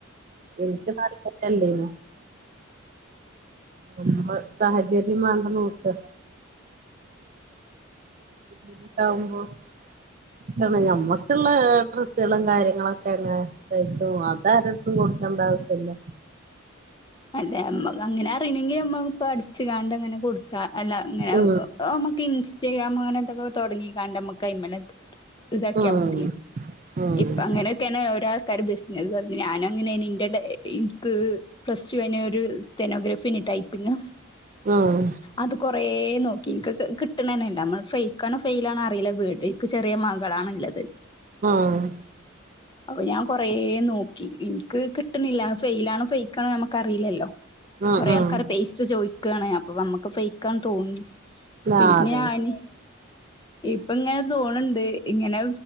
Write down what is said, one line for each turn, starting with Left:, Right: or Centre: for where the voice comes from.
Right: എനിക്ക് താല്പര്യ ഇല്ലേനു <unintelligible> സാഹചര്യം വേണ്ടെ നോക്കാ ഇണ്ടാവുമ്പം എന്താണ് ഞമ്മക്ക്ള്ളെ ഡ്രസ് ഡ്രസ്സ്കളും‌ കാര്യങ്ങളൊക്കെ അങ്ങനെ പൈസേം അത് ആരെട്ത്തും കൊടുക്കേണ്ട ആവശ്യല്ലാ
Left: അല്ല ഞമ്മക്ക് അങ്ങനെ അറിയണെങ്കി ഞമ്മ ഇപ്പ അടിച്ച്ങ്ങാണ്ട് അങ്ങനെ കൊടുക് അല്ല അങ്ങനെ ഏഹ്
Right: ഉം
Left: നമ്മക്ക് ഇൻസ്റ്റാഗ്രാം അങ്ങനെന്തൊങ്ങും തൊടങ്ങിക്കാണ്ട് നമ്മക്കയിമില് ഇതാക്കിയാ
Right: ഉം
Left: മതി
Right: ഉം
Left: ഇപ്പ അങ്ങനെയൊക്കെയാണ് ഒരോ ആൾക്കാര് ബിസിനസ് പറഞ്ഞ് ഞാനും അങ്ങനെയേനി ഇന്റെ <unintelligible> ഇൻക്ക് പ്ലസ് ടു കയിഞ്ഞ് ഒരു സ്റ്റെനോഗ്രാഫേന് ടൈപ്പിങ്
Right: ആഹ്
Left: അത് കൊറേ നോക്കി ഇൻക്ക് ക് കിട്ടണെന്നില്ലാ നമ്മള് ഫെയ് ക്കാണോ ഫെയിൽ ആണോ അറിയില്ലാ വീട് ഇക്ക് ചെറിയ മകളാണ്ള്ളത്
Right: ആഹ്
Left: അപ്പ ഞാൻ കൊ കൊറേ നോക്കി ഇൻക്ക് കിട്ട്ണില്ലാ അത് ഫെയിൽ ആണോ ഫെയ്ക്കണോ ഞമ്മക്കറിയില്ലല്ലോ
Right: ഉം
Left: കൊറെ
Right: ഉം
Left: ആൾക്കാര് പെയിസ ചോയിക്കാണ് അപ്പ നമ്മക്ക് ഫെയിക്കാന്ന് തോന്നി
Right: ആ
Left: പിന്നെ
Right: അതെ
Left: ഞാന് ഇപ്പ ഇങ്ങനെ തോണ് ണ്ട് ഇങ്ങനെ